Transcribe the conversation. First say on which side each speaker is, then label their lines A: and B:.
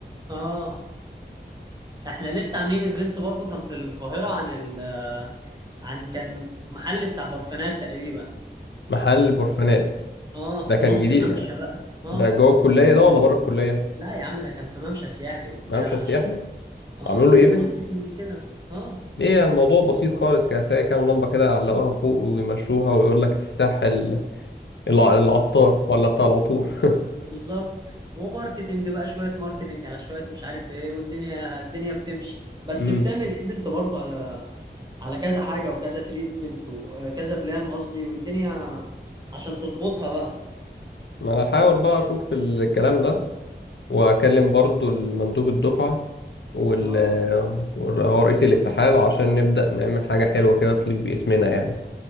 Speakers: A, on the right; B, on the left.
A: اه احنا لسه عاملين ايفنت برضو كان في القاهرة عن ال آه، عن كان محل بتاع برفانات تقريبا
B: محل برفانات
A: اه
B: ده
A: في
B: كان
A: نص
B: جديد
A: ممشى بقى اه
B: ده جوه الكلية ده ولا بره الكلية؟
A: لا يا عم ده كان في ممشى سياحي وبتاع
B: ممشى سياحي
A: عشان اه
B: عملوا
A: زي
B: له ايفنت
A: ماركتينج كده اه
B: ايه الموضوع بسيط خالص كانت هي كام لمبة كده علقوها فوق ويمشوها ويقول لك افتتاح ال- الع- العطار ولا بتاع العطور <laughs>
A: بالظبط وماركتينج بقى شوية ماركتينج على شوية مش عارف ايه والدنيا الدنيا بتمشي بس
B: امم
A: بتعمل ايفنت برضه على على كذا حاجة وكذا تريتمنت وكذا بلان قصدي والدنيا عشان تظبطها بقى
B: ما انا هحاول بقى اشوف الكلام ده واكلم برضو المندوب الدفعة وال
A: اه
B: واللي هو رئيس الاتحاد عشان نبدأ نعمل حاجة حلوة كده تليق باسمنا يعني